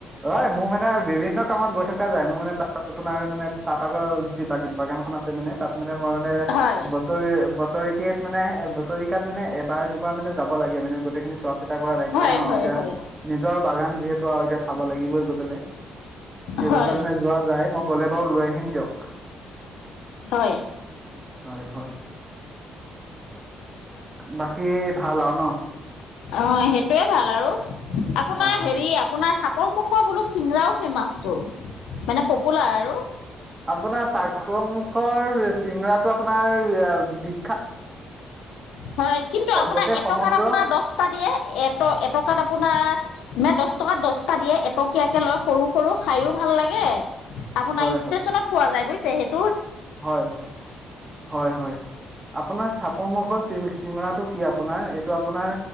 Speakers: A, on the right; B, on the left.
A: হয় মোৰ মানে বিভিন্ন কামত গৈ থকা যায় মই মান তাত আপোনাৰ মানে চাহপাগৰ যি বাগান খখন আছে মানে তাত মানে মে মই মানে
B: হয়,
A: বছৰি বছৰিকেই মানে এ বছৰিকাত মানে এবাৰ দুবাৰ মানে যাব লাগে মানে গোটেইখিনি চোৱা চা কৰা দায়িত্ব
B: হয়,
A: ন
B: হয়,
A: এতিয়া
B: হয়,
A: নিজৰ বাগান যিহেতু আৰু এতিয়া চাব লাগিবই ক পে সেইবাবে
B: হয়,
A: মানে যোৱা যাই মই গ'লে বাৰু লৈ আহিম দিয়ক
B: হয়।
A: হয় হয়। বাকী ভাল আৰু ন
B: অ সেইটোৱে ভাল আৰু আপোনাৰ
A: হয় হয়
B: হেৰি আপোনাৰ চ অমুখৰ বোলো চিংৰাও ফেমাচটো মানে পপুলাৰ আৰু
A: আপোনাৰ চাকংখৰ মুখৰ চিঙৰাটো আপোনাৰ বি
B: হয় কিন্তু আপোনাৰ
A: গোটেই
B: এটকাত
A: সমগ্ৰ
B: আপোনাৰ দহটা দিয়ে এট এটকাত আপোনাৰ ম দহ টকাত দহটা দিয়ে এটকীয়াকে লৈ সৰু সৰু খায়ো ভাল লাগে আপোনাৰ
A: হয় হয়
B: ষ্টেচনত পোৱা যায় বুজছ চেহেত
A: হয় হয় হয় আপোনাৰ মখৰ চিমৰাটো কি আপোনাৰ এইটো আপোনাৰ